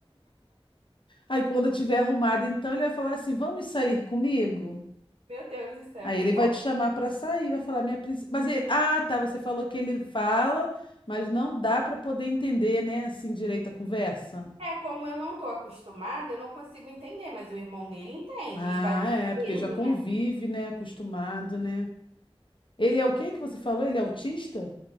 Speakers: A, on the left; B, on the right.
A: Aí quando eu tiver arrumado, então ele vai falar assim: vamos sair comigo?
B: <laughs> Meu Deus do céu,
A: Aí
B: não
A: ele
B: pode.
A: vai te chamar pra sair, vai falar minha princesa. Mas ele, ah, tá, você falou que ele fala, mas não dá pra poder entender, né, assim direito a conversa.
B: É, como eu não tô acostumada, eu não consigo entender, mas o irmão dele entende
A: Ah,
B: e vai traduzindo,
A: é, porque já convive,
B: né?
A: né, acostumado, né? Ele é o que que você falou? Ele é autista?